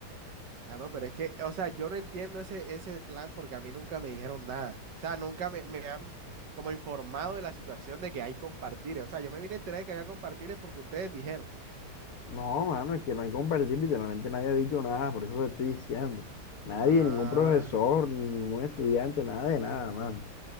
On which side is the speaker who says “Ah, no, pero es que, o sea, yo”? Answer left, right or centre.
Right